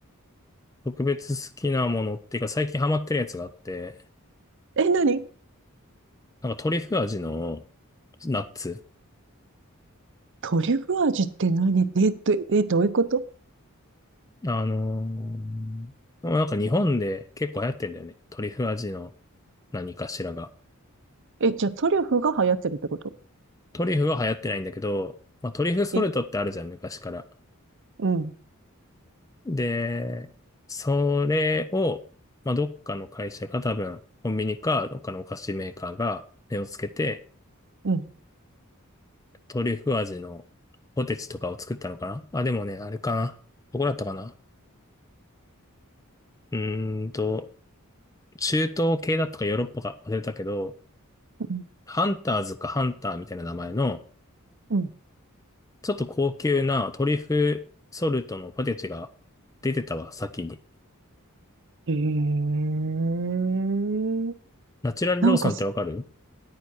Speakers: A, on the left (about 15°); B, on the right (about 60°).
A: 特別好きなものっていうか、最近ハマってるやつがあって、
B: え、何
A: なんかトリュフ味のナッツ。
B: トリュフ味って何えっと、どえ、どういうこと
A: あのーなんか日本で結構流行ってんだよね。トリュフ味の何かしらが。
B: え、じゃあトリュフが流行ってるってこと
A: トリュフは流行ってないんだけど、まあ、トリュフソルトってあるじゃん、
B: え、
A: 昔から。
B: うん、
A: で、それを、まあ、どっかの会社が多分、コンビニか、どっかのお菓子メーカーが目をつけて、
B: うん、
A: トリュフ味のポテチとかを作ったのかなあ、でもね、あれかな。どこだったかなうーんと、中東系だったかヨーロッパか忘れたけど、
B: うん、
A: ハンターズかハンターみたいな名前の、
B: うん。
A: ちょっと高級なトリュフソルトのポテチが出てたわ、先に。
B: へえ。
A: ナチュラルローソンってわかる
B: なんかす、